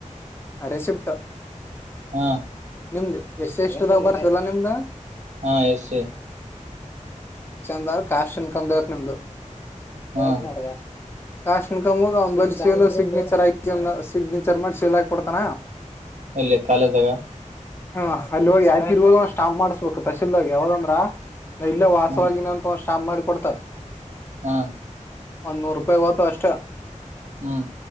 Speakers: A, on the left; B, on the right.
A: ರೆಸಿಪ್ಟು
B: ಹಾ
A: ನಿಮ್ದ ಎ ಸ್ಸಿ ಎಸ ಟಿ ದಾಗ ಬರ್ತಿಲ್ಲಾ ನಿಮ್ದ
B: ಹಾ ಎಸ್ ಸಿ
A: ದ್ರ ಕಾಸ್ನ್ ಕಬೇಕ್ ನಿಮ್ದು ಹೇಳಕ್
B: ಹಾ
A: ಮಾಡ್ರ ಕ್ಯಾಶ್ನ್ ಕಗ ಅವ್ ಬಲ್ ಸಿಗ್ನೇಚರ್ ಆಾಕಿ ಸಿಗ್ನೇಚರ್ ಮಾಡಿ ಸೀಲ್ ಹಾಕಿ ಕೊಡ್ತಾನ <inaudible>
B: ಅಲ್ಲಿ ಕಾಲೇಜ್ದಾಗ
A: ಹಾ ಅಲ್ಲಿ ಹೋಗಿ ಯಾಕೆ ಇರುವಾಗ ಒಂದು ಸ್ಟ್ಯಾಂಪ್ ಮಾಡ್ಬೇಕು ತಸೀಲ್ದಾಗ ಯಾವ್ದಂದ್ರ ನ ಇಲ್ಲೇ ವಾಸವಾಗಿ
B: ಹ್ಮ್
A: ಇನ್ನಂತ ಒಂದು ಸ್ಟ್ಯಾಂಪ್ ಮಾಡಿ ಕೊಡ್ತಾರ್
B: ಹಾ
A: ಒಂದ್ ನೂರು ರೂಪಾಯಿ ಹೊತವು ಅಷ್ಟೇ
B: ಹ್ಮ್